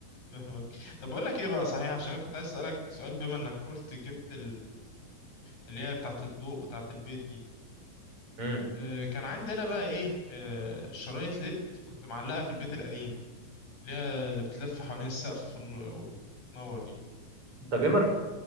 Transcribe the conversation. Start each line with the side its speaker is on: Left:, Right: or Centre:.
Left: فاهمك طب بقول لك ايه بقى صحيح عشان انا كنت عايز اسالك سؤال بما انك قلت جبت اللي هي بتاعة الضوء بتاعة البيت دي
Right: امم
Left: آه، كان عندي انا بقى ايه آه، الشرايط ليد كنت معلقة في البيت القديم اللي هي اللي بتلف حوالين السقف في النو- وتنور دي
Right: انت جيمر